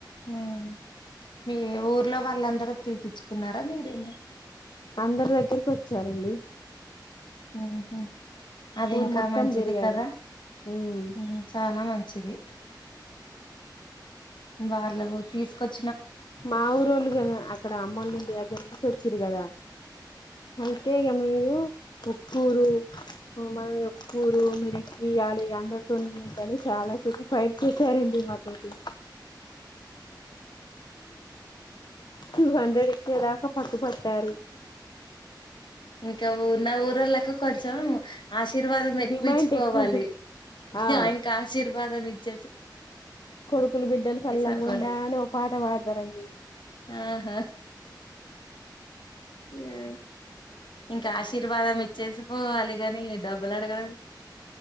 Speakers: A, on the left; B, on the left.
A: ఆ మీ ఊర్లో వాళ్ళందరూ పిలిపచ్చుకున్నారా మీరేనా
B: అందరి దగ్గరికి వచ్చారండి
A: ఉహు అది
B: ఊరు
A: ఇంకా
B: మొత్తం
A: మంచిది
B: తిరిగారు
A: కదా
B: ఉమ్
A: ఉం చాన మంచిది బార్లఒ తీసుకొచ్చ
B: మా ఊరళ్ళు కద అక్కడ అమ్మోళ్ల ఇంటి దగ్గర నుంచి వచ్చిరు కదా అంటే ఇగ మీరు ఉక్కూరు మనది ఒక్కూరు మీరు ఎక్కువయాలి అందరితోని ఉండాలి చాలా సే ఫైట్ కూచోరండి మాతోటి టూ హండ్రెడ్ ఇచ్చేదాక పట్టు పట్టారు
A: ఇంకాఊ నాఊరోల్లకు కొచ్చం ఆశీర్వాదం ఎక్వచ్చుకోవాలి
B: డిమాండ్ ఎక్కువ ఉంటది ఆ
A: అయిన్కా ఆశీర్వా వాందే బిచ
B: కొడుకులు బిడ్డలు సల్ల
A: అనుకోవాలి
B: గుండా అని ఒక పాట పాడతారండి
A: ఆహా ఆ ఇంక ఆశీర్వాదం ఇచ్చే వచ్చి పోవాలిగాని ఇ డబ్ బల్లడగ